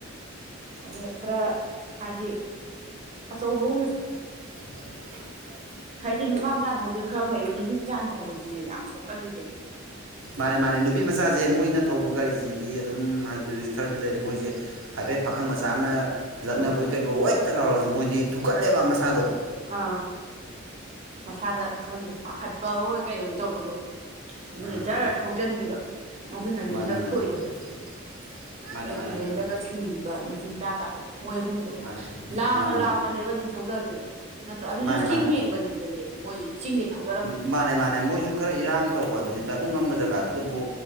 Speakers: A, on the right; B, on the right.
A: ꯑꯗ ꯈꯔ ꯍꯥꯏꯗꯤ ꯑꯆꯧꯕꯒꯨꯝꯕꯁꯦ
B: <inaudible>
A: ꯍꯥꯏꯗꯤ ꯅꯨꯄꯥꯝꯆꯥꯅ ꯊꯧꯕꯖꯤꯅ ꯈꯔ ꯐꯩꯕ ꯅꯨꯄꯤꯃꯆꯥꯥꯅ ꯊꯧꯕꯖꯤꯅꯦꯕ ꯌꯥꯝ ꯁꯣꯛꯀꯜꯂꯤꯖꯦ
B: ꯃꯥꯅꯦ ꯃꯥꯅꯦ ꯅꯨꯄꯤ ꯃꯆꯥ ꯖꯦ ꯃꯣꯏꯅ ꯊꯧꯕ ꯒꯥꯔꯤꯖꯤꯗꯤ ꯑꯗꯨꯝ ꯍꯥꯏꯗꯤ ꯔꯤꯛꯁ ꯈꯔꯗꯤ ꯂꯩꯔꯦ ꯃꯣꯏꯖꯦ ꯍꯥꯏꯐꯦꯠ ꯄꯥꯈꯪ ꯃꯆꯥ ꯑꯃ ꯂꯛꯅꯕꯣꯏ
A: ꯑꯥ
B: ꯀꯩꯕꯣꯏ ꯋꯣꯏꯠꯇ ꯂꯥꯎꯔꯖꯨ ꯃꯣꯏꯗꯤ ꯊꯨꯛꯀꯠꯂꯦꯕ ꯃꯁꯥꯗꯣ
A: ꯑꯥ ꯃꯁꯥꯗ ꯈꯪꯗꯦ ꯄꯥꯈꯠꯄ ꯑꯣꯏ ꯀꯩ ꯑꯣꯏ ꯇꯧꯕꯗꯣ
B: ꯑꯥ
A: ꯑꯗꯨꯅ ꯖꯔ ꯊꯧꯖꯤꯟꯒꯤꯕ ꯑꯗꯨꯅꯅꯦ
B: ꯃꯥꯅꯦ
A: ꯍꯟꯗꯛ
B: ꯃꯥꯅꯦ
A: ꯊꯣꯛꯏꯗꯣ
B: <inaudible>
A: ꯑꯦꯛꯁꯤꯗꯦꯟꯗꯒ
B: ꯑꯗꯨꯅꯅꯦ
A: ꯁꯤꯔꯤꯕ ꯅꯨꯄꯤ ꯃꯆꯥ ꯀꯥꯠꯇꯣ ꯃꯣꯏ ꯑꯍꯨꯝꯗꯣ
B: ꯃꯥꯅꯦ
A: ꯂꯥꯎꯅ
B: ꯃꯥꯅꯦ
A: ꯂꯥꯎꯅꯅꯦꯕ ꯑꯗꯨꯝ ꯊꯧꯗꯈꯔꯤꯗꯣ ꯅꯠꯇ꯭ꯔꯣ ꯑꯗꯨꯁꯨ
B: ꯃꯥꯅꯦ
A: ꯆꯤꯡ
B: ꯃꯥꯅꯦ
A: ꯌꯦꯡꯕꯗꯨꯗꯅꯦꯕ ꯃꯣꯏ ꯆꯤꯡꯗꯤ ꯊ
B: ꯃꯥꯅꯦ ꯃꯥꯅꯦ ꯃꯣꯏꯁꯨ ꯈꯔ ꯏꯔꯥꯡ ꯇꯧꯕ ꯑꯗꯨꯅꯤꯗ ꯑꯗꯨꯝ ꯉꯝꯕ ꯖꯒꯥꯗꯨꯗꯕꯨ